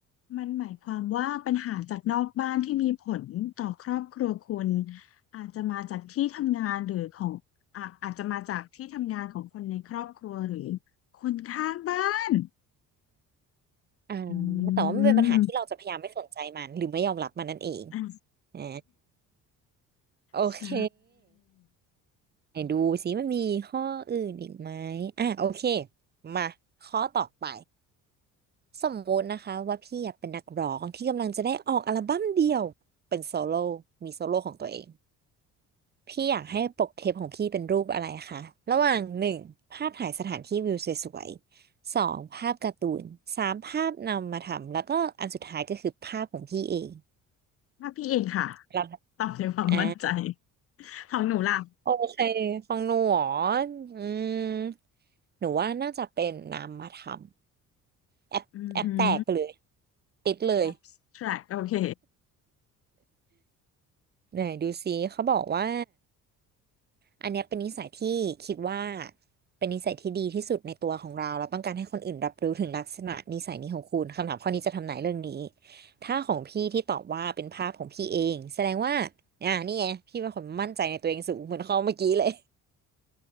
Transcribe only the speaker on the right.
<laughs> อ่า
แต่ว่ามันเป็นปัญหาที่เราจะพยายามไม่สนใจมันหรือไม่ยอมรับมันนั่นเอง
อ่าโอเค
ไหนดูสิมันมีข้ออื่นอีกไหมอ่ะโอเคมาข้อต่อไปสมมุตินะคะว่าพี่อยากเป็นนักร้องที่กำลังจะได้ออกอัลบั้มเดี่ยวเป็นโซโล่มีโซโล่ของตัวเองพี่อยากให้ปกเทปของพี่เป็นรูปอะไรคะระหว่างหนึ่งภาพถ่ายสถานที่วิวสวยๆสองภาพการ์ตูนสามภาพนำมาทำแล้วก็อันสุดท้ายก็คือภาพของพี่เอง
แล้ว
อ่า
โอเคฟังหนูหรออืมหนูว่าน่าจะเป็นนามธรรม แอปแอปแตกเลย
ติดเลย
ไหนดูซิเขาบอกว่าอันเนี้ยเป็นนิสัยที่คิดว่าเป็นนิสัยที่ดีที่สุดในตัวของเราเราต้องการให้คนอื่นรับรู้ถึงลักษณะนิสัยนี้ของคุณคำถามข้อนี้จะทำนายเรื่องนี้ถ้าของพี่ที่ตอบว่าเป็นภาพของพี่เองแสดงว่าอ่านี่ไงพี่เป็นคนมั่นใจในตัวเองสูงเหมือนเขาเมื่อกี้เลย <laughs>